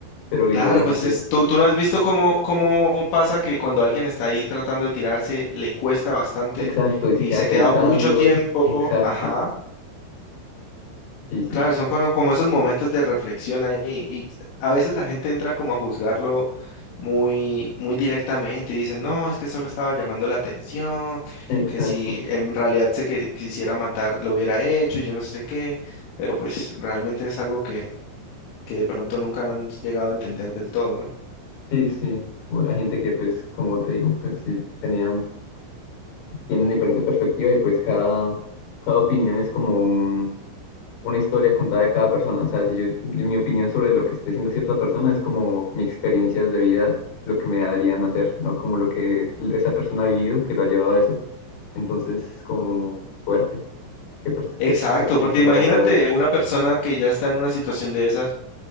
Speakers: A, on the left; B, on the left.
A: Pero al
B: Claro,
A: igual la
B: pues
A: gente,
B: es- tú, tú no has visto cómo, cómo pasa que cuando alguien está ahí tratando de tirarse, le cuesta bastante
A: exacto, y
B: y
A: se queda
B: se queda
A: pensando,
B: mucho tiempo.
A: exacto,
B: Ajá.
A: sí, sí,
B: Claro, son como, como esos momentos de reflexión ahí y a veces la gente entra como a juzgarlo muy, muy directamente y dicen, no, es que solo estaba llamando la atención,
A: exacto,
B: que si en realidad se quer- quisiera matar, lo hubiera hecho y yo no sé qué, pero pues realmente es algo que, que de pronto nunca han llegado a entender del todo, ¿no?
A: sí, sí. Bueno, hay gente que pues, como te digo, pues sí, tenían, tienen diferente perspectiva y pues cada, cada opinión es como un una historia contada de cada persona. O sea, si yo, yo- mi opinión sobre lo que está haciendo cierta persona es como mis experiencias de vida, lo que me harían hacer, no como lo que esa persona ha vivido que lo ha llevado a eso. Entonces, como fuerte, qué, pers-
B: Exacto,
A: qué experiencias
B: porque imagínate
A: lo habrán llevado a eso.
B: una persona que ya está en una situación de esas